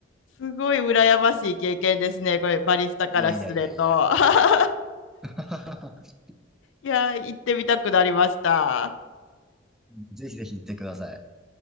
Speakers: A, on the left; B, in the centre.
A: すごい羨ましい経験ですね。これ、バリスタからすると。
B: いやいやいやいや。
A: <laughs>
B: <laughs>
A: いやー、行ってみたくなりました。
B: ぜひぜひ行ってください。